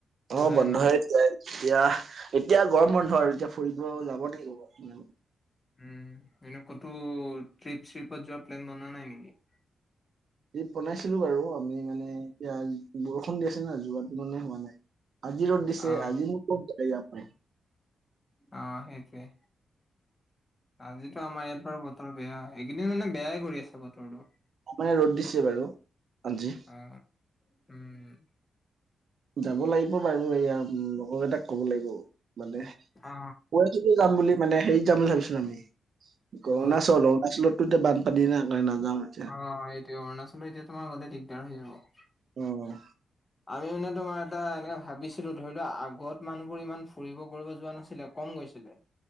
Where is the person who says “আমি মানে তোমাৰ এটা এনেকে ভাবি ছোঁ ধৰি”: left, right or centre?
Left